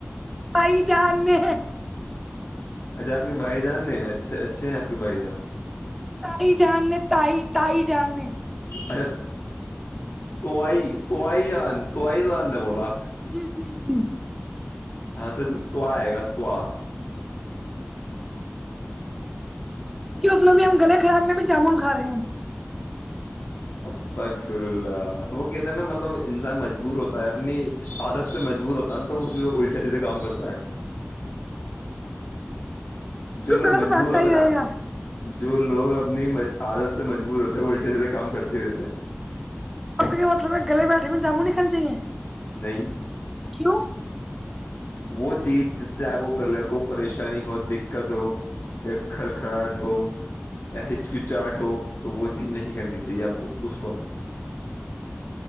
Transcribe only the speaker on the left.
اچھا آپ بھائی جان نے اچھے اچھے ہیں آ پ کے بھائی جان
ا تاآئی تو آئی جان تو آئی جان نے بولا
ہاں تو اس میں طوا آئے گا طووا
اسقفر اللہ وہ کہتے ہیں نا مطلب انسان مجبور ہوتا ہے اپنی عادت سے مجبور ہوتا کل تو وہ الٹے سیدھے کام کرتا ہے جو
لوگ
مجبور
ہوتے
نا
جو لوگ اپنی مہ عادت سے مجبور ہوتے ہیں وہ الٹے سیدھےکام کرتے ہی رہتے ہیں
نئی
وہ چیز جس سے آپ کو گلہ کو پریشانی ہو دکت ہو ایک کرکھڑاہٹ ہو یا ہچ کی چاہٹ ہو تو وہ چیز نہیں کرنی چاہیے آپ کو اس وقت